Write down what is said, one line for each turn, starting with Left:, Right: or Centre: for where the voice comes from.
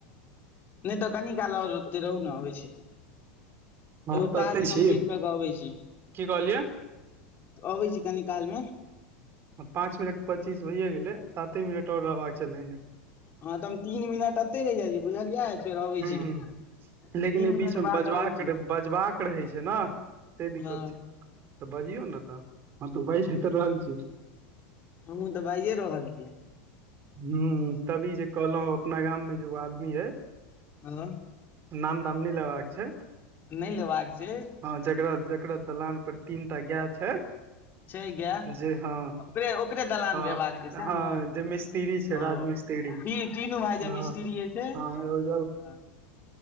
Left: नहि तऽ कनि काल ओतेकऽ रहू ने अबै छै।
Right: हँ
Left: एगो
Right: तऽ
Left: टास्क
Right: एतै छी
Left: कम्प्लीट कऽ के अबै छी,
Right: की कहलियै
Left: अबै छी कनि कालमे
Right: पाँच मिनट पच्चीस भइयए गेलै साते मिनट आओर रहबाक चाही।
Left: हँ, तऽ हम तीन मिनट एते रहि जाइ छी, बुझलियै? फेर अबै
Right: हूं
Left: छी।
Right: हूं लेकिन
Left: तीन
Right: ई
Left: मिनट
Right: बीच मे
Left: बाद
Right: बजबाक
Left: अबै छिय।
Right: रह- बजबाक रहै छै, ने से दिक्कत
Left: हँ
Right: छै, तऽ बजियौ ने तऽ। हँ, तऽ बइज रहली
Left: हमहूँ तऽ भाजए रहल छीयै।
Right: हू, तभी जे कहलहु अपना गाममे जे एगो आदमी है।
Left: आ।
Right: नाम ताम नै लेबाक छै।
Left: नहि लेबाक छै।
Right: हँ, जेकरा जेकरा दलान पर तीनटा गाय छै।
Left: छै गाय
Right: जे हँ,
Left: ओकरे ओकरे दलान
Right: ह,
Left: पे एबाक छै सएह
Right: हँ,
Left: ने
Right: जे मिस्त्र छै, राज
Left: ओ
Right: मिस्त। <unintelligible>
Left: ती तीनू भाय
Right: ह,
Left: जे मिस्त्रीये छै
Right: हँ
Left: ह